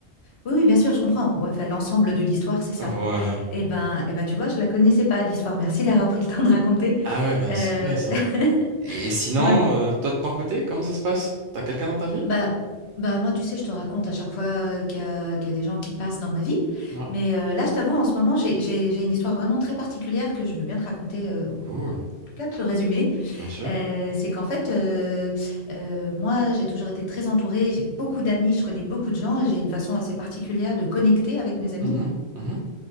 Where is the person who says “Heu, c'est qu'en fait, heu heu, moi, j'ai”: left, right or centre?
Left